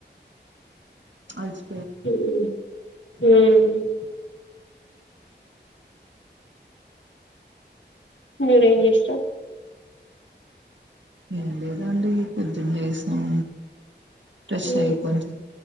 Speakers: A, on the right; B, on the left.
A: అర్జున్
B: హ్మ్ హ్మ్ ఉ మీరేం చేసినవ్
A: ఏం లేదండి పొద్దున్న లేసినాం. ఫ్రెష్
B: ఉ
A: అయి కొంచం